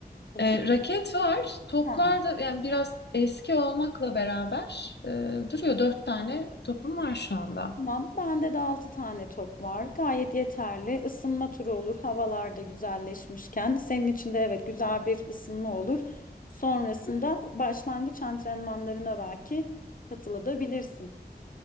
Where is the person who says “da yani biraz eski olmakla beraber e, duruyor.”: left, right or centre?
Left